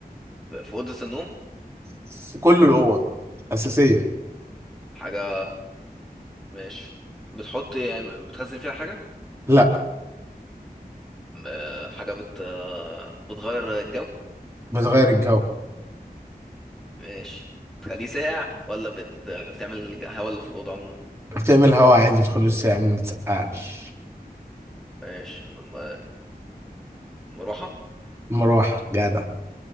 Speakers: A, in the centre; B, on the right.
A: في اوضه النوم
B: في كل الاوض اساسيه
A: حاجه ماشي بتحط يعني بتخزن فيها حاجه
B: لا
A: آه... حاجه بت آه... بتغير الجو
B: بتغير الجو
A: ماشي بتخليه ساقع ولا بت... بتعمل هوا اللي في الاوضه عموما
B: بتعمل هوا عادي بتدخل الساعه ما بتسقعش
A: ماشي م- م- مروحه
B: مروحه جدع